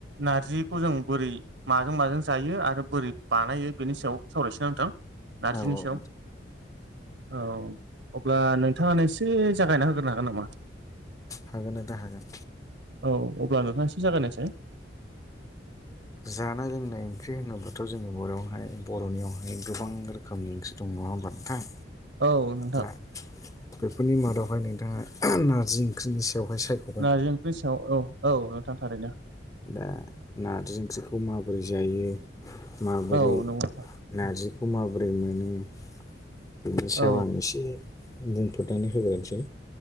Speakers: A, on the right; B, on the left.
A: नारजिखौ जों बोरै माजों माजों जायो आरो बोरै बानायो बेनि सायाव सावरायनसै ना नोंथां नारजिनि
B: औ औ
A: सायाव औ अब्ला नोंथाङानो एसे जागायना होग्रोनो हागोन नामा
B: हागोन नोंथां हागोन
A: औ अब्ला नोंथांया ऐसे जागायनायसाय
B: जानाय लोंनाय ओंख्रि होनोब्लाथ' जोंनि बर'आवहाय बर'नियावहाय गोबां रोखोमनि ओंख्रि दङ नंङा होनबा नोंथां
A: औ नोंथां
B: दा बेफोरनि मादावहाय नोंथाङा नारजि ओंख्रिनि सायावहाय सायख'
A: नारजि ओंख्रि सायाव औ औ नोंथां थारैनो
B: दा नारजि ओंख्रिखौ माबोरै जायो माबोरै
A: औ नंगौ
B: नार्जिखौ माबोरै मोनो बेनि
A: औ
B: सायाव आं इसे बुंफोदनानै होग्रोनोसै